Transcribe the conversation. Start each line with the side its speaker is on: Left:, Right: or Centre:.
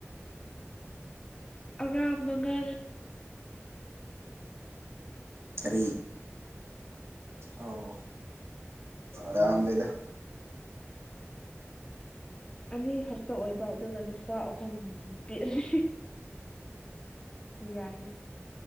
Left: ꯑꯉꯥꯡ ꯃꯉꯥ
Right: ꯈꯔꯤ ꯑꯣ ꯌꯥꯝ ꯗꯦꯗ
Left: ꯑꯅꯤ ꯈꯛꯇ ꯑꯣꯏꯕ ꯑꯗꯨꯒ ꯅꯨꯄꯥ ꯑꯍꯨꯝ ꯅꯨꯄꯤ ꯑꯅꯤ ꯌꯥꯏ